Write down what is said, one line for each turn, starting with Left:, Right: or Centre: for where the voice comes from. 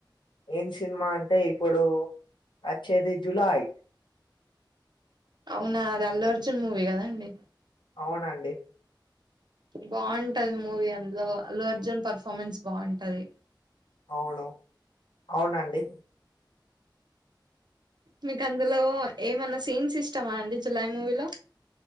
Left: ఏం సినిమా అంటే ఇప్పుడు వచ్చేది జులాయి
Right: అవునా అది అల్లు అర్జున్ మూవీ కదా అండి
Left: అవునండి
Right: బాగుంటది మూవీ అందులో అల్లు అర్జున్ పర్ఫార్మెన్స్ బాగుంటది
Left: అవును అవునండి
Right: మీకు అందులో ఏమన్నా సీన్స్ ఇష్టమా అండి జులాయి మూవీలో